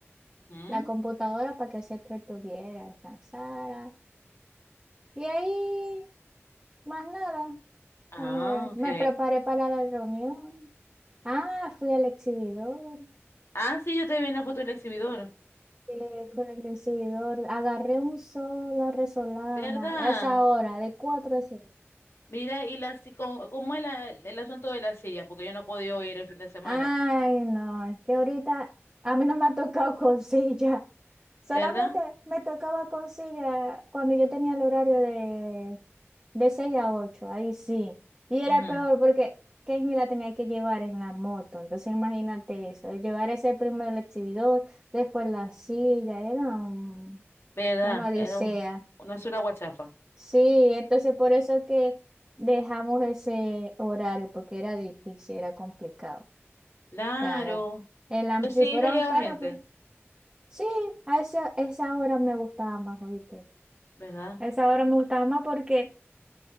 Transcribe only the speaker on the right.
la computadora para que se entretuviera, descansara. Y ahí Más nada.
O sea, me,
me preparé para la reunión. Ah, fui al exhibidor.
Eh, fui al exhibidor. Agarré un sol a Resolana
a esa hora, de 4 a 6.
Ay, no, es que ahorita a mí no me ha tocado <laughs> con silla. Solamente
me tocaba consigue cuando yo tenía el horario de, de 6 a 8 ahí sí. Y era
peor porque Kenny la tenía que llevar en la moto. Entonces imagínate eso, llevar ese primero el exhibidor, después la silla, era un-
una odisea.
Sí, entonces por eso que dejamos ese horario, porque era difícil, era complicado.
O sea, en la-
si fuera
un carro,
pero sí, a esa, esa hora me gustaba más, ¿oíste?
Esa hora me gustaba más porque